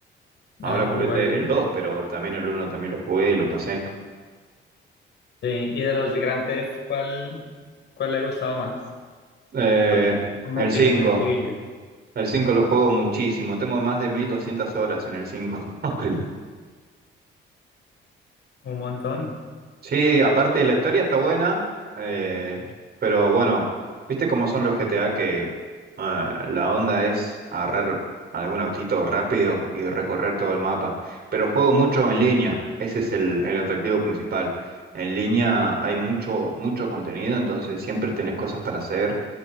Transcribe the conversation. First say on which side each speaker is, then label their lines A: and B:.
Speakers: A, on the right (about 55°); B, on the left (about 65°).
A: Ahora
B: Ah,
A: completé
B: jugó el uno.
A: el 2 pero también el uno también lo jugué y lo pasé.
B: Sí, y de los de Grand Theft, ¿cuál, cuál le ha gustado más?
A: Eh,
B: Porque hay como
A: el
B: opiniones
A: 5
B: divididas,
A: El 5 lo juego muchísimo. Tengo más de 1200 horas en el cinco <laughs>
B: un montón.
A: Sí, aparte la historia está buena, eh, pero bueno, viste cómo son los GTA que eh, la onda es agarrar algún autito rápido y recorrer todo el mapa. Pero juego mucho en línea, ese es el, el atractivo principal. En línea hay mucho, mucho contenido, entonces siempre tenés cosas para hacer.